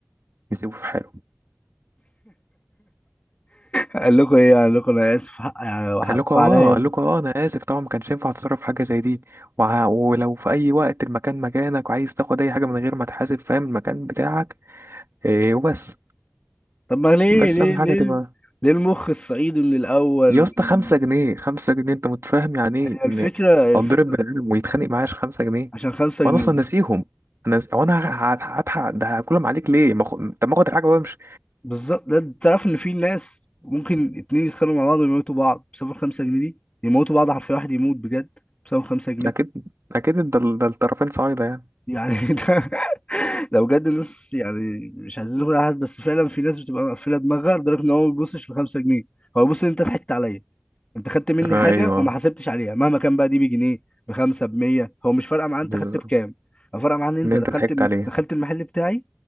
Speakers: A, on the right; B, on the left.
A: نسيبه في حاله
B: قال لكم ايه قال لكم انا اسف حق يعني وحقكم
A: قال لكم اه
B: عليا
A: قال لكم اه انا اسف طبعا ما كانش ينفع اتصرف في حاجه زي دي وع- ولو في اي وقت المكان مكانك وعايز تاخد اي حاجه من غير ما تحاسب فاهم المكان بتاعك إيه وبس
B: طب ما ليه
A: بس
B: ليه
A: اهم
B: ليه
A: حاجه تبقى
B: ليه المخ الصعيدي من الاول
A: يا
B: وال-
A: اسطى خمسة جنيه خمسة جنيه انت متفاهم يعني ايه
B: هي الفكره
A: ان اتضرب
B: الفكره
A: بني ادم ويتخانق معايا عشان خمسة جنيه
B: عشان خمسة
A: وانا
B: جنيه
A: اصلا ناسيهم انا ز- وانا ه- ه- هضحك ده هاكلهم عليك ليه ما خ... طب ما اخد الحاجه وامشي
B: بالظبط ده تعرف ان في ناس ممكن اتنين يتخانقوا مع بعض ويموتوا بعض بسبب الخمسة جنيه دي يموتوا بعض حرفيا واحد يموت بجد بسبب خمسة جنيه
A: اكيد اكيد ده ال- ده الطرفين صعيده يعني
B: يعني <laughs> ده لو بجد الناس يعني مش عايزين نقول على حد بس فعلا في ناس بتبقى مقفله دماغها لدرجه ان هو ما بيبصش ل 5 جنيه هو بيبص ان انت ضحكت عليا انت خدت مني
A: آه،
B: حاجه
A: ايوه
B: وما حسبتش عليها مهما كان بقى دي بجنيه بخمسه ب 100 هو مش فارقه معاه انت
A: بالظبط
B: خدت بكام هو فارقه معاه ان انت
A: ان انت
B: دخلت
A: ضحكت
B: الم...
A: عليه
B: دخلت المحل بتاعي